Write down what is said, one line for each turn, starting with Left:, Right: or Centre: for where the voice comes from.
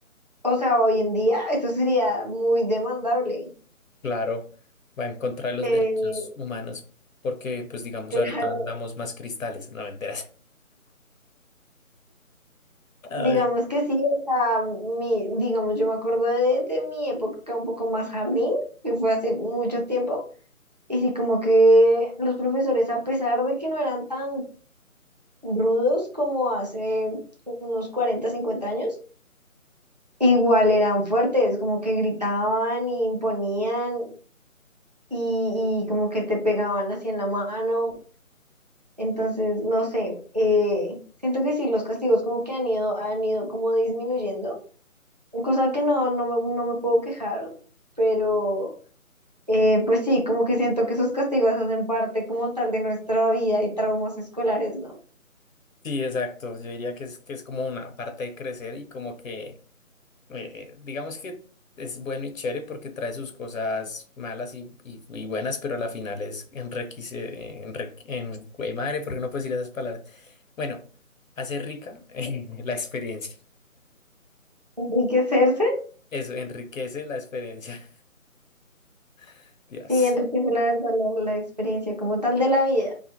Right: o sea, hoy en día eso sería muy demandable.
Left: Claro, va en contra de los
Right: Eh,
Left: derechos humanos, porque, pues, digamos,
Right: <laughs>
Left: ahorita
Right: claro,
Left: andamos más cristales, no me enteras. <laughs> Ay,
Right: digamos que sí, o sea, mi, digamos, yo me acuerdo de, de mi época un poco más jardín, que fue hace mucho tiempo. Y sí, como que los profesores, a pesar de que no eran tan rudos como hace unos 40 50 años, igual eran fuertes, como que gritaban y imponían y, y como que te pegaban así en la mano. Entonces, no sé, eh, siento que sí, los castigos como que han ido, han ido como disminuyendo, cosa que no, no, me- no me puedo quejar, pero eh, pues sí, como que siento que esos castigos hacen parte como tal de nuestra vida y traumas escolares, ¿no?
Left: Sí, exacto. Yo diría que es, que es como una parte de crecer y como que, eh, digamos que es bueno y chévere porque trae sus cosas malas y, y- y buenas, pero a la final es enriquece, enrique- en, güey, madre, porque no puedes decir esas palabras. Bueno, hace rica, <laughs> la experiencia.
Right: Enriquecerse
Left: Eso enriquece la experiencia. <laughs> Dios.
Right: Sí, enriquece la verdad la, la experiencia como tal de la vida.